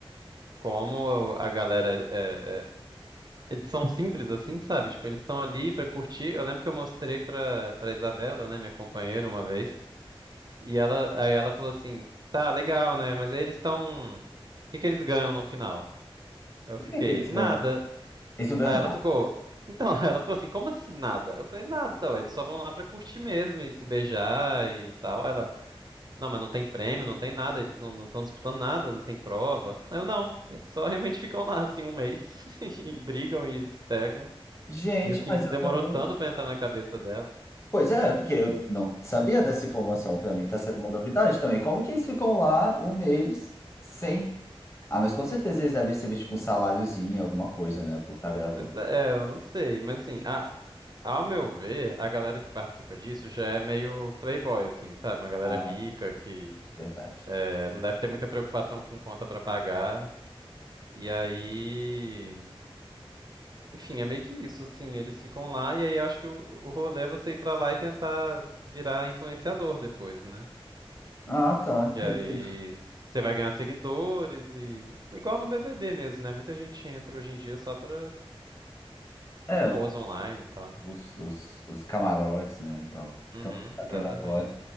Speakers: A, on the right; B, on the left.
A: como a galera é, é- eles são simples assim, sabe? Tipo, eles estão ali pra curtir. Eu lembro que eu mostrei pra para Isabela, né, minha companheira, uma vez, e ela aí ela falou assim: "Tá, legal, né? Mas aí eles estão o que que eles ganham no final?" Eu
B: Por
A: fiquei:
B: que que eles
A: "Nada".
B: ganham? Eles não ganham
A: Aí ela
B: nada.
A: ficou Então, <laughs> ela ficou assim, como assim nada? Eu falei, nada, ué, eles só vão lá pra curtir mesmo e se beijar e tal. Aí Ela, Não, mas não tem prêmio, não tem nada, eles não estão disputando nada, não tem prova. Aí Eu não, eles só <laughs> realmente ficam lá assim um mês <laughs> e brigam e se pegam.
B: Gente,
A: E assim,
B: mas
A: isso
B: eu
A: demorou
B: também.
A: tanto pra entrar na cabeça dela.
B: Pois é, porque eu não sabia dessa informação. Para mim, tá sendo uma novidade também. Como que eles ficam lá um mês sem. Ah, mas com certeza eles devem receber tipo um saláriozinho, alguma coisa, né? Por estar gravando.
A: Pois é, eu não sei, mas assim, a- ao meu ver, a galera que participa disso já é meio playboy, assim, sabe? Uma galera
B: Ah,
A: rica que
B: verdade.
A: é, não deve ter muita preocupação com conta pra pagar. E aí. Enfim, é meio que isso, assim, eles ficam lá e aí eu acho que o, o rolê é você ir pra lá e tentar virar influenciador depois, né?
B: Ah, tá.
A: Porque aí
B: entendi.
A: você vai ganhar seguidores e... Igual no BBB mesmo, né? Muita gente entra hoje em dia só pra
B: É,
A: famoso online e tal, né?
B: os, os, os camarotes, né? E tal, que
A: Uhum,
B: estão
A: exatamente.
B: tendo agora.